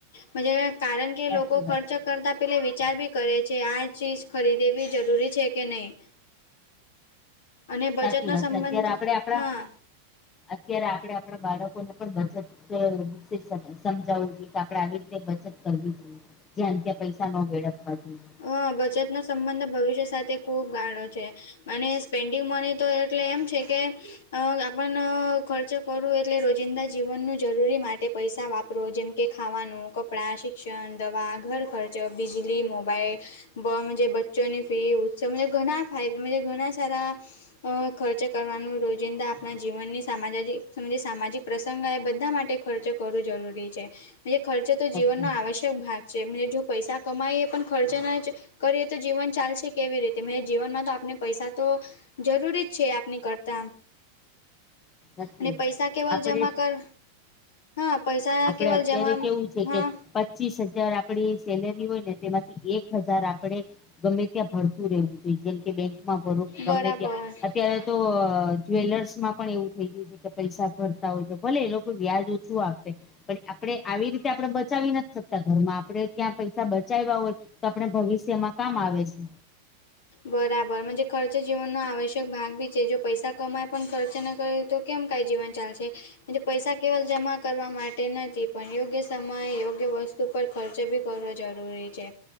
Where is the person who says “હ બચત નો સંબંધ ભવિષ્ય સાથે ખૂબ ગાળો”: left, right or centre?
Left